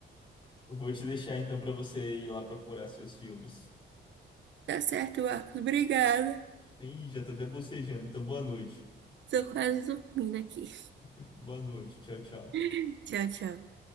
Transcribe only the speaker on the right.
Tá certo, Marcos. Obrigada.
Tô quase dormindo aqui.
<laughs> Tchau, tchau.